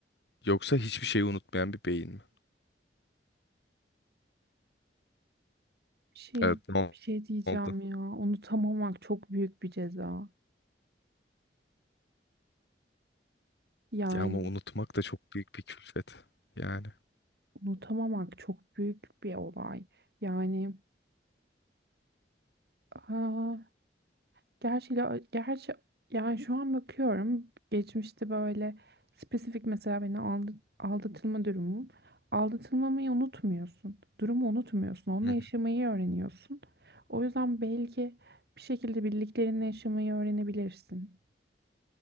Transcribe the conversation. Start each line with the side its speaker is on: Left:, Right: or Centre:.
Left: Yoksa hiçbir şeyi unutmayan bir beyin mi?
Right: Bir şey
Left: Evet, ne
Right: bir şey diyeceğim
Left: oldu?
Right: ya. Unutamamak çok büyük bir ceza. Yani
Left: Ya ama unutmak da çok büyük bir külfet. Yani.
Right: unutamamak çok büyük bir olay. Yani aa, Gerçi, ila- gerçi yani şu an bakıyorum geçmişte böyle spesifik mesela beni aldı- aldatılma durumum. Aldatılmamayı unutmuyorsun. Durumu unutmuyorsun. Onunla
Left: Hı hı.
Right: yaşamayı öğreniyorsun. O yüzden belki bir şekilde birliklerinle yaşamayı öğrenebilirsin.